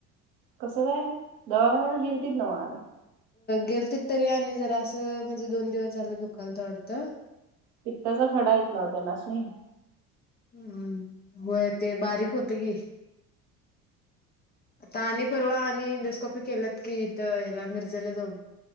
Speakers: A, on the right (about 55°); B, on the left (about 20°).
A: कसं काय दवाखान्याला गेलतीत नव्ह आणि.
B: गेलतीत तरी आणि जरा असं म्हणजे दोन दिवस झाल दुखालत वाटत.
A: पित्ताचा खडा आहित नव्ह त्यनासनी
B: हम, होय ते बारीक होतय की आता आणि परवा आणि इंडोस्कोपी केल्यात कि इथ हेला मिरजला जाऊन